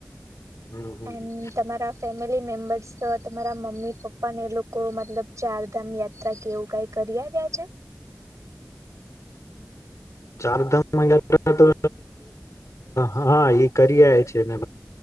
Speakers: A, on the left; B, on the right.
A: હમ હમ
B: એ
A: કે
B: તમારા ફેમિલી મેમ્બર્સ તો તમારા મમ્મી પપ્પા ને એ લોકો મતલબ ચારધામ યાત્રા કેવું કઈ કરી આવ્યા છે
A: ચારધામયાત્ર હા એ કરી છેને